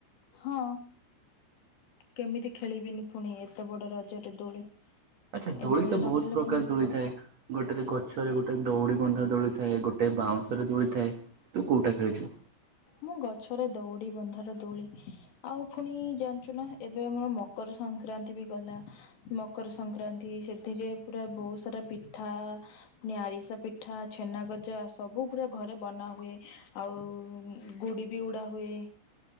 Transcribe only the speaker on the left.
ହଁ। କେମିତି ଖେଳିବିନି ପୁଣି ଏତେ ବଡ଼ ରଜରେ ଦୋଳି। ଏ
ନ ଖେଳିଲେ
ପୁଣି
ହବ
ମୁଁ ଗଛରେ ଦଉଡ଼ି ବନ୍ଧର ଦୋଳି। ଆଉ ପୁଣି ଜାଣିଛୁ ନା ଏବେ ଆମର ମକର ସଂକ୍ରାନ୍ତି ବି ଗଲା। ମକର ସଂକ୍ରାନ୍ତି ସେଥିରେ ପୁରା ବହୁ ସାରା ପିଠା ଆରିସା ପିଠା, ଛେନା ଗଜା ସବୁ ପୁରା ଘରେ ବନା ହୁଏ। ଆଉ ଗୁଡ଼ି ବି ଉଡ଼ା ହୁଏ।